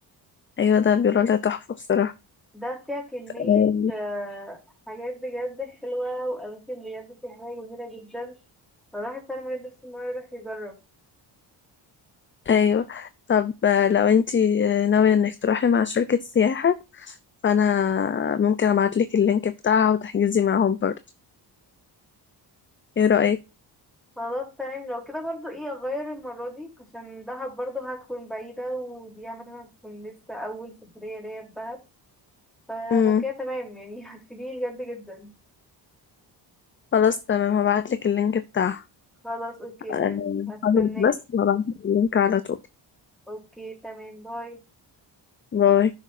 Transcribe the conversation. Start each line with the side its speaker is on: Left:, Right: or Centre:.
Left: ايوه ده بيقولوا لها تحفة بصراحة
Centre: ده فيها كمية
Left: آم،
Centre: آه، حاجات بجد حلوة وأماكن بجد سياحية جميلة جدا فالواحد فعلا ميقدرش إن هو يروح يجرب
Left: ايوه طب آه، لو انتي آه، ناوية انك تروحي مع شركة سياحة فانا ممكن ابعتلك اللينك بتاعها وتحجزي معاهم برضه ايه رأيك
Centre: خلاص تمام لو كده برضو ايه أغير المرة دي عشان دهب برضو هتكون بعيدة ودي عامة هتكون لسه أول سفرية ليا في دهب فلو
Left: امم
Centre: كده تمام يعني <laughs> هتفيديني بجد جدا
Left: خلاص تمام هبعتلك اللينك بتاعها
Centre: خلاص اوكي
Left: آه،
Centre: تمام هستناكي
Left: خلاص بس هبعتلك اللينك على طول
Centre: اوكي تمام باي
Left: باي